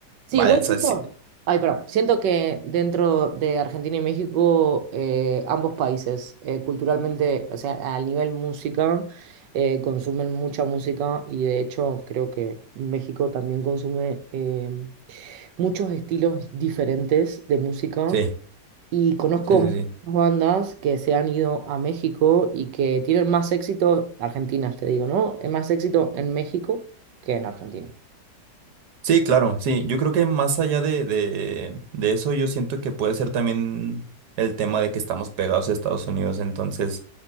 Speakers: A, on the right; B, on the right.
A: Sí,
B: vaya,
A: igual
B: o sea,
A: siento.
B: sí,
A: Ay, perdón. Siento que dentro de Argentina y México, eh, ambos países, eh, culturalmente, o sea, al nivel música, eh, consumen mucha música y de hecho creo que México también consume. em, muchos estilos diferentes de música
B: sí,
A: y conozco
B: sí, sí.
A: muchas
B: sí.
A: bandas que se han ido a México y que tienen más éxito, argentinas te digo, ¿no? Es más éxito en México que en Argentina.
B: Sí, claro, sí. Yo creo que más allá de, de, de eso, yo siento que puede ser también el tema de que estamos pegados a Estados Unidos, entonces